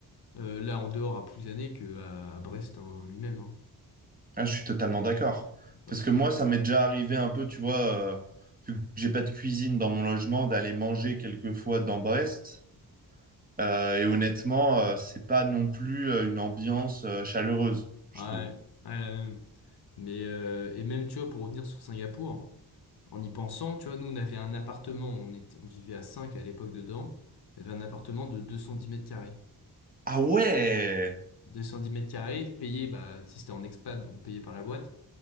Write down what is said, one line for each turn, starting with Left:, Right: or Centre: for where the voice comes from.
Left: Euh, là, en dehors à Plouzané que à, à Brest en lui-même. hein.
Right: Ah, je suis totalement d'accord.
Left: Parce
Right: Parce que
Left: que-
Right: moi, ça m'est déjà arrivé un peu, tu vois, euh, vu que j'ai pas de cuisine dans mon logement, d'aller manger quelquefois dans Brest. Euh, et honnêtement, euh, c'est pas non plus euh, une ambiance euh, chaleureuse, je
Left: Ouais,
Right: trouve.
Left: ouais, la même. Mais euh, et même, tu vois, pour revenir sur Singapour, en y pensant, tu vois, nous, on avait un appartement, on était, on vivait à 5 à l'époque dedans, on avait un appartement de 210 mètres carrés.
Right: Ah ouais!
Left: 210 mètres carrés, payé, bah, tu sais, c'était en expat, donc payé par la boîte.